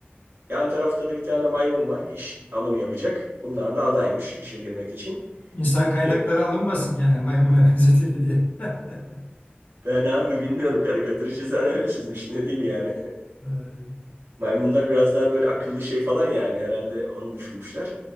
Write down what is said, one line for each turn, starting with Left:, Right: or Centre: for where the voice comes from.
Right: Yan tarafta da bir tane maymun var. İş alımı yapacak. Bunlar da adaymış işe girmek için.
Left: İnsan kaynakları
Right: Diyor ki
Left: alınmasın yani maymuna <laughs> benzetildi diye. <laughs>
Right: ben abi bilmiyorum karikatürü çizen öyle çizmiş. Ne diyeyim yani.
Left: Ee,
Right: Maymunlar biraz daha böyle akıllı şey falan yani herhalde onu düşünmüşler.